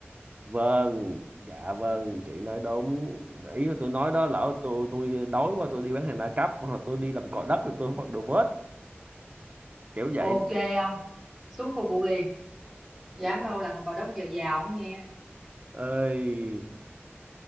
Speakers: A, on the right; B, in the centre.
A: vâng dạ vâng chị nói đúng ý là tôi nói đó lỡ tôi tôi đói quá tôi đi bán hàng đa cấp hoặc là tôi đi làm cò đất thì tôi mặc đồ vest kiểu vậy
B: ok không xuống phục vụ liền dám đâu làm cò đất giờ giàu không nghe
A: ơi